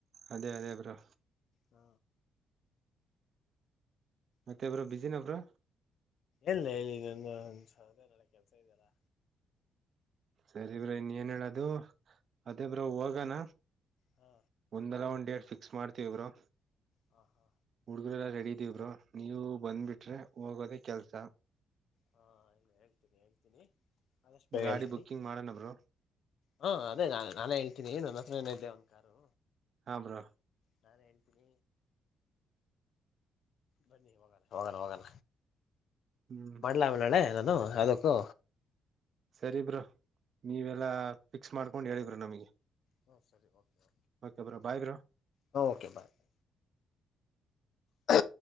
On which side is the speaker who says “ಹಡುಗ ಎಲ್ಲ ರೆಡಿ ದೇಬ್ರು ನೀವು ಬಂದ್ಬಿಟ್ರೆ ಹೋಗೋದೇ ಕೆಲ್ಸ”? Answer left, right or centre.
Right